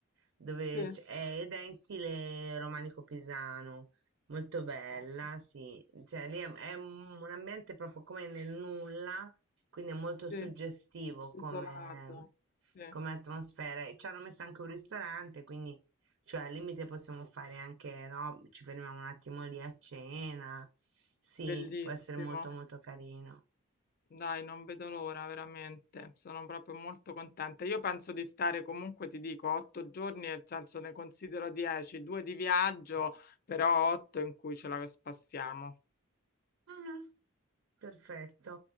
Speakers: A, on the right (about 55°); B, on the left (about 40°).
A: dove
B: Sì,
A: c- è- ed è in stile romanico pisano. Molto bella,
B: ok,
A: sì, cioè lì è, è un un ambiente proprio come nel nulla, quindi è molto
B: sì,
A: suggestivo
B: isolato,
A: come,
B: sì,
A: come atmosfera e ci hanno messo anche un ristorante, quindi cioè, al limite possiamo fare anche, no, ci fermiamo un attimo lì a cena. Sì,
B: bellissimo.
A: può essere molto molto carino.
B: Dai, non vedo l'ora, veramente. Sono proprio molto contenta. Io penso di stare comunque, ti dico, otto giorni, nel senso ne considero dieci, due di viaggio, però otto in cui ce la spassiamo.
A: Mhm, Perfetto.